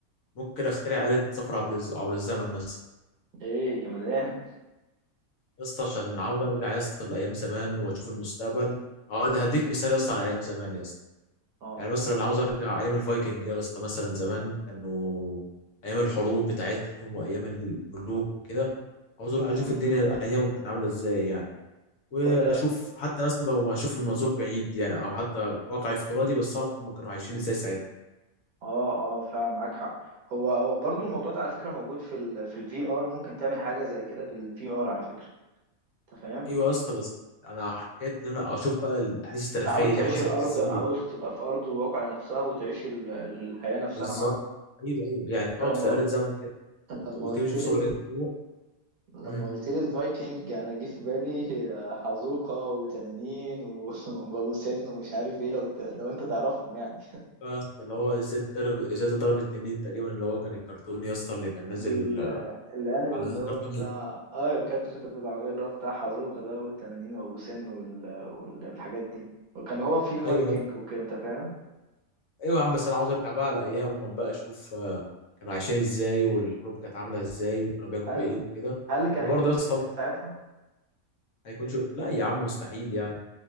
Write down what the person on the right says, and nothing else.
ايه جمدان
اه
اه
كل اه
اه فعلا معاك حق هو هو برضو الموضوع ده على فكره موجود في ال في الفي ار ممكن تعمل حاجه زي كده بالفي ار على فكره انت فاهم
انت عاوز تعيش
الارض
عاوز تبقى في ارض الواقع نفسها وتعيش ال- ال- الحياه نفسها
مع
أنت لما
<laughs>
لما
قلت لي
لما
قلت لي الفايكنج انا جه في بالي حزوقه وتنانين و- <laughs> وابو سن ومش عارف ايه لو ت... لو انت تعرفهم يعني
ال-
الانمي
اللي
هو بتاع اه الكارت اللي انت بتقول العربيه اللي هو بتاع حازوكا ده والتنانين وابو سن وال... والحاجات دي وكان هو في فايكنج
وكده انت فاهم
هل
هل كان
هيكون
في
تنانين ساعتها